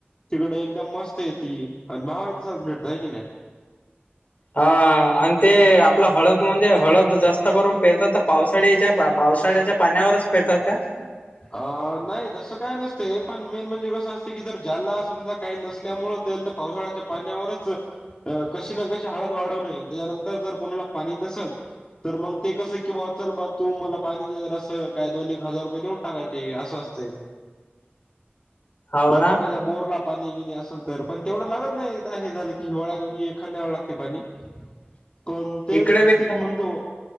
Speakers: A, on the left; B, on the left.
A: तिकडे एकदम मस्त येती आणि भावा इ तसाच भेटतं हाय की नाय.
B: हा आणि ते आपलं हळद म्हणजे हळद जास्त करून पेरतात तर पावसाळीच्या प.. पावसाळ्याच्या पाण्यावरच पेरतात का?
A: अ नाय तसं काय नसतं हे पण मेन म्हणजे कसं अस् चीकी जर ज्याला समजा काई नसल्यामुळं तेल तर पावसाळ्याच्या पाण्यावरच अ कशी ना कशी हळद वाढवनये त्याच्यानंतर जर कोणाला पाणी नसंल. तर मंग ते कसं की ब्वा चल बा तू मला पाणी दे जरासं काय दोन एक हजार रुपये देऊन् -ते असं असतंय
B: हो ना
A: एखाद्याच्या् बोर ला पाणी गिणी असेल तर पण तेवढं लागत नाई एकदा हे झालं की हिवाळ्यात उगी एखांद्या वेळ लागते पाणी.
B: <unintelligible>
A: कोणत्या ही
B: इकडे
A: जा
B: बी
A: सिग मन तो